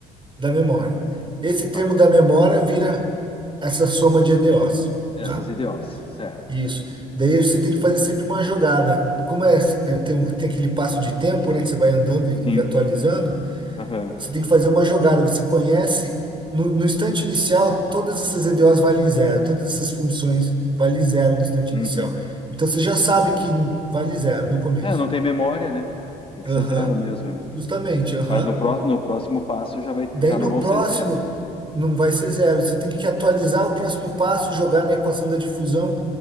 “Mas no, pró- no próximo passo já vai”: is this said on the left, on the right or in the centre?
Left